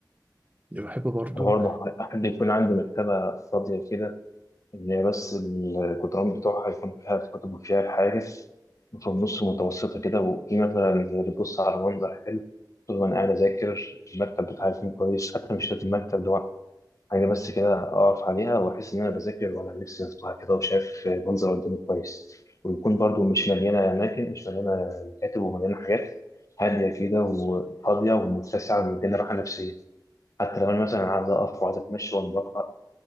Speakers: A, on the right (about 20°); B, on the left (about 45°).
A: اللي بحب برضو
B: أنا برضه أحب يكون عندي مكتبة فاضية كده اللي هي بس الجدران بتوعها يكون فيها الكتب وفيها الحاجز وفي النص متوسطة كده وفي مثلا اللي بتبص على منظر حلو طول ما أنا قاعد أذاكر المكتب بتاعي يكون كويس حتى مش لازم مكتب لوحده حاجة بس كده أقف عليها وأحس إن أنا بذاكر وأنا نفسي مفتوحة كده وشايف منظر قدامي كويس ويكون برضو مش مليانة أماكن مش مليانة مكاتب ومليانة حاجات هادية كده وفاضية ومتسعة ومديني راحة نفسية حتى لو أنا مثلا عايز أقف وعايز أتمشى وأنا بقرأ